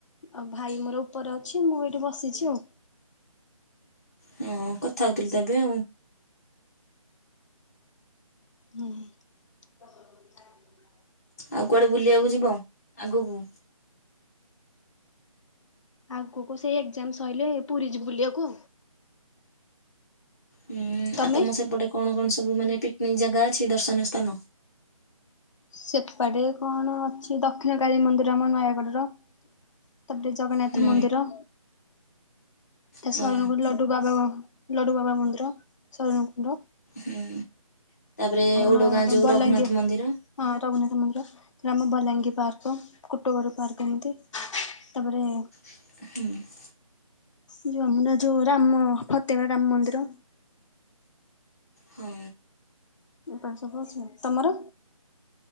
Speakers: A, on the left (about 55°); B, on the left (about 25°).
A: ଆଉ ଭାଇ ମୋର ଉପରେ ଅଛି ମୁଁ ଏଇଠି ବସିଛି ଆଉ
B: ହଁ କଥା ହଉଥିଲି ତ ଏବେ ଆଉ
A: ହୁଁ। ହଁ
B: ଆଉ କୁଆଡ଼େ ବୁଲିଆକୁ ଯିବ ଆଗକୁ?
A: ଆଗକୁ ସେଇ ଏକ୍ଜାମ ସରିଲେ ପୁରୀ ଯିବୁ ବୁଲିବାକୁ।
B: ହୁଁ
A: ତମେ?
B: ଆଉ ତମ ସେପଟେ କଣ କଣ ସବୁ ମାନେ ପିକନିକ ଜାଗା ଅଛି ଦର୍ଶନୀୟ ସ୍ଥାନ।
A: ସେପଟେ କଣ ଅଛି ଦକ୍ଷିଣକାଳୀ ମନ୍ଦିର ଆମ ନୟାଗଡର। ତାପରେ ଜଗନ୍ନାଥ
B: ହୁଁ
A: ମନ୍ଦିର। ତା
B: ହଁ
A: ସରଣକୁଳ ଲଡୁବାବା ଲଡୁବାବା ମନ୍ଦିର ଶରଣକୁଳ ର।
B: ହୁଁ ତାପରେ ଓଡଗାଁ
A: ନୟାଗଡ଼
B: ଯୋଉ
A: ବଲାଙ୍ଗୀର
B: ରଘୁନାଥ ମନ୍ଦିର।
A: ହଁ ରଘୁନାଥ ମନ୍ଦିର ଆମ ବଲାଙ୍ଗୀ ପାର୍କ କୁଟଗର ପାର୍କ ଏମିତି ତାପରେ
B: ହୁଁ।
A: ଯୋଉ ଆମନା ଯୋଉ ରାମ ଫତେଗଡ଼ ରାମ ମନ୍ଦିର
B: ହଁ।
A: <unintelligible> ତମର?